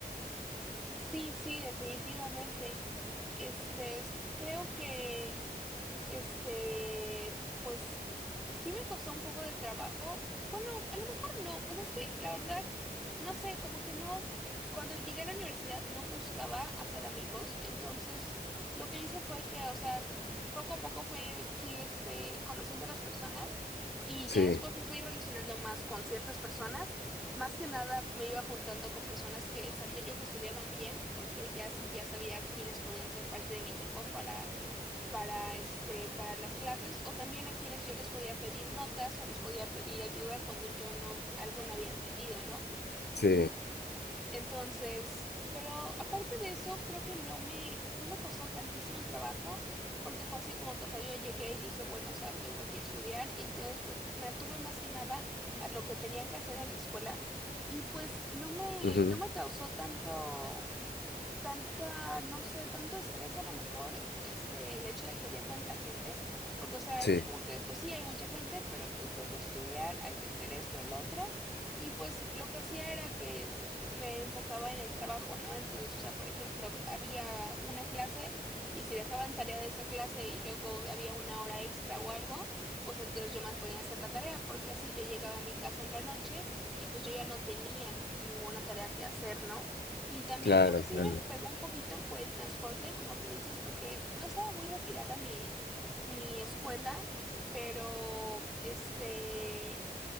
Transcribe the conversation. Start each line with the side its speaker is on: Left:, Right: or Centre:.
Centre: Sí, sí, definitivamente. Este, es- creo que Este, pues sí me costó un poco de trabajo. Bueno, a lo mejor no, pues es que la verdad, no sé, como que no, cuando llegué a la universidad no buscaba hacer amigos, entonces lo que hice fue que, o sea, poco a poco fui, fui este, conociendo a las personas y
Left: Sí,
Centre: ya después me fui relacionando más con ciertas personas. Más que nada me iba juntando con personas que sabía yo que estudiaban bien, porque ya sí, ya sabía quiénes podían ser parte de mi equipo para para, este, para las clases o también a quienes yo les podía pedir notas o les podía pedir ayuda cuando yo no, algo no había entendido, ¿no?
Left: sí,
Centre: Entonces, pero aparte de eso, creo que no me, no me costó tantísimo trabajo porque fue así como que, o sea, yo llegué y dije, bueno, o sea, vengo aquí a estudiar y entonces pues me atuve más que nada a lo que tenía que hacer en la escuela y pues no me,
Left: ujú,
Centre: no me causó tanto tanta, no sé, tanto estrés a lo mejor, este, el hecho de que había tanta gente, porque o sea,
Left: sí,
Centre: así como que, pues sí, hay mucha gente, pero pues vengo a estudiar, hay que hacer esto, el otro, y pues lo que hacía era que me enfocaba en el trabajo, ¿no? Entonces, o sea, por ejemplo, había una clase y si dejaban tarea de esa clase y luego había una hora extra o algo, pues entonces yo más ponía a hacer la tarea, porque así yo llegaba a mi casa en la noche y pues yo ya no tenía ninguna tarea que hacer, ¿no? Y también
Left: claro,
Centre: lo que sí
Left: claro,
Centre: me pegó un poquito fue el transporte, como tú dices, porque no estaba muy retirada mi, mi escuela, pero este,